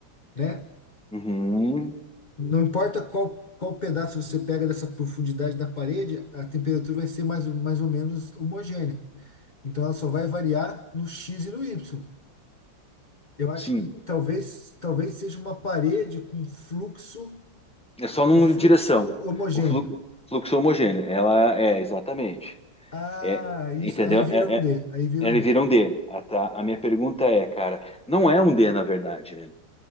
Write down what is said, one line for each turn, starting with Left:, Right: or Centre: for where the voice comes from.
Left: né?
Centre: Uhum,
Left: Não importa qual, qual pedaço você pega dessa profundidade da parede, a temperatura vai ser mais, mais ou menos homogênea. Então ela só vai variar no X e no Y. Eu acho
Centre: sim.
Left: que talvez, talvez seja uma parede com fluxo
Centre: É só numa
Left: com fluxo
Centre: direção.
Left: homogêneo.
Centre: O flu- fluxo homogêneo. Ela é, exatamente.
Left: Ah,
Centre: É,
Left: isso.
Centre: entendeu?
Left: Aí
Centre: É,
Left: vira um
Centre: é-
Left: D. Aí vira
Centre: ele
Left: um D.
Centre: vira um D. Ah, tá. A minha pergunta é, cara, não é um D, na verdade, né?